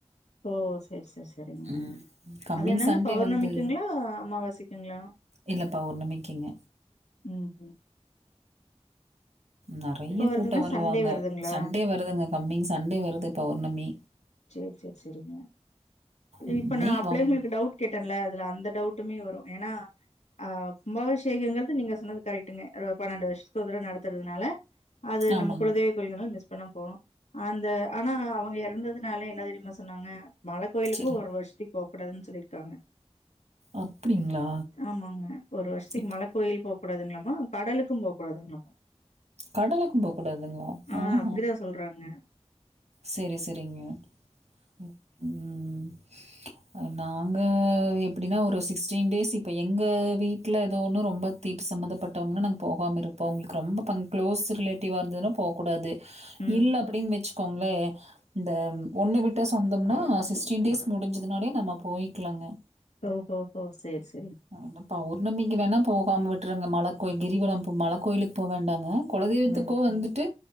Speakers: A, on the left; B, on the right.
A: ஓ செரி செரி செரிங்க
B: ம். கம்மிங்
A: அது என்னங்க
B: சண்டே
A: பௌர்ணமிக்குங்களா
B: வந்து
A: அமாவாசைக்குங்களா
B: இல்லப்பா ஒரு நிமிக்குங்க
A: ம் உஹம்
B: நெறைய
A: வருதுங்க?
B: கூட்டம் வருவாங்க
A: சண்டே வருதுங்களா?
B: சண்டே வருதுங்க கம்மிங் சண்டே வருது பௌர்ணமி
A: சேர் சேர் செரிங்க
B: ம்.
A: இப்ப நா
B: நீங்க
A: அப்பளயே
B: வாங்க.
A: உங்களுக்கு டவுட் கேட்டேன்ல அதுல அந்த டவுட் ட்டுமே வரு ஏன்னா அஹ் கும்பாபிஷேகங்கிறது நீங்க சொன்னது கரெக்ட்டுங்க ஆ பன்னெண்டு வருஷத்துக்கு ஒரு தடவ நடத்துறதுனால அது
B: ஆமாங்க.
A: நம்ம குலதெய்வ கோவில் வேண்ணா மிஸ் <unintelligible> போறோ அந்த ஆனா அவங்க எறந்தது என்ன தெரியுமா சொன்னாங்க மல கோயிலுக்கு
B: சரி.
A: ஒரு வருஷத்திக் போக்கூடாதுன்னு சொல்லிருக்காங்க
B: அப்டிங்களா?
A: ஆமாங்க ஒரு வருஷத்துக்கு
B: இப்
A: மல கோயில் போ க்கூடாதுங்களாமா கடலுக்கும் போகக் கூடாதுங்களாமா
B: கடலுக்கும் போகக் கூடாதுங்ளா
A: ஆ
B: ஆஹ்ஹா
A: அப்டிதா சொல்றாங்க
B: செரி செ சரிங்க ம் உம் அ நாங்க எப்பிடின்னா ஒரு சிக்ஸ்டீன் டேஸ் இப்போ எங்க வீட்ல ஏதோ ஒன்னு ரொம்ப தீட்டு சம்மந்தப்பட்டவங்கன்னா நாங்க போகாம இருப்போ அவங்களுக்கு ரொம்ப ப க்ளோஸ் ரிலேட்டிவா இருந்ததுன்னா போகக்கூடாது
A: ம்
B: இல்ல அப்படின் வச் க்கோங்ளே இந்த ஒண்ணு விட்ட சொந்தம்னா சிக்ஸ்டீன் டேஸ் முடிஞ்சதுனாலே நம்ம போய்க்கலாங்க
A: ஓ ஹோ ஹோ சேர் செ
B: <unintelligible> ஒர் உன்னும் இங்க வேண்ணா போகாம விட்ருங்க மலக் கோயி கிரிவலம் இப்ப மல கோயிலுக்கு போவேண்டாங்க குலதெய்வத்துக்கோ
A: ம்
B: வந்துட்டு